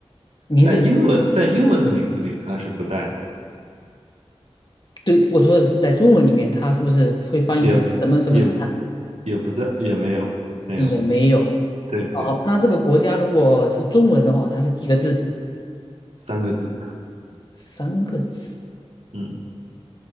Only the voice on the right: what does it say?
在英文在英文的名字里它是不带的，
也也也不在，也没有没有，
对对，
三个字，
嗯